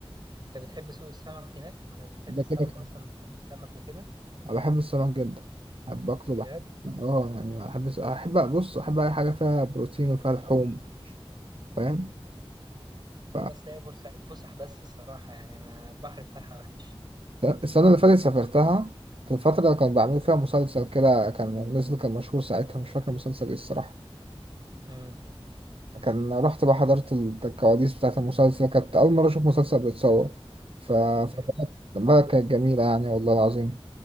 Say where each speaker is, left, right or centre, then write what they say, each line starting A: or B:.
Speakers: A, on the right (about 45°); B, on the right (about 65°).
A: انت بتحب سوق السمك هناك بتحب
B: ده
A: السمك
B: كده كده.
A: اصلا السمك وكده
B: انا بحب السمك جدا بحب اكله
A: انت
B: بحب
A: بجد
B: اه يعني بحب الس- احب بص احب اي حاجه فيها بروتين وفيها لحوم فاهم
A: لا
B: ف...
A: بس هي بورسعيد فسح بس الصراحه يعني ما البحر بتاعها وحش
B: السنه اللي فاتت سافرتها في الفتره اللي كانوا بيعملوا فيها مسلسل كده كان نزل كان مشهور ساعتها مش فاكر مسلسل ايه الصراحه
A: امم
B: كان رحت بقى حضرت الكواليس بتاعت المسلسل كانت أول مرة أشوف مسلسل بيتصور ف
A: بجد
B: فبقى- بقى كانت جميلة يعني والله العظيم